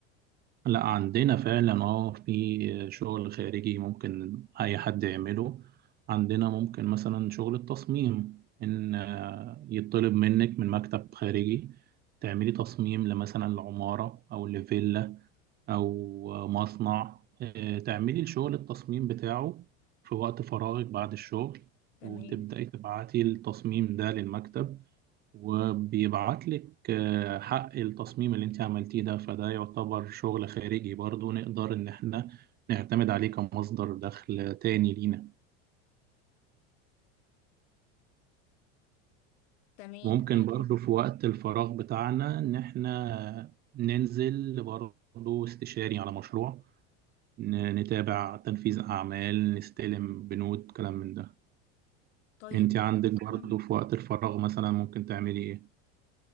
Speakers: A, on the right; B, on the left.
A: لا عندنا فعلا اه في شغل خارجي ممكن اي حد يعمله عندنا ممكن مثلا شغل التصميم ان آه، يطلب منك من مكتب خارجي تعملي تصميم لمثلا لعمارة او لفيلا او آه، مصنع آه، تعملي الشغل التصميم بتاعه في وقت فراغك بعد الشغل
B: تمام
A: وتبدأي تبعتي التصميم ده للمكتب وبيبعت لك آه، حق التصميم اللي انت عملتيه ده فده يعتبر شغل خارجي برضو نقدر ان احنا نعتمد عليه كمصدر دخل تاني لينا
B: تمام
A: ممكن
B: طيب
A: برضو في وقت الفراغ بتاعنا ان احنا ننزل برضو استشاري على مشروع ن- نتابع تنفيذ اعمال نستلم بنود كلام من ده
B: طيب
A: انت عندك
B: هي اصلا
A: برضو في وقت الفراغ مثلا ممكن تعملي ايه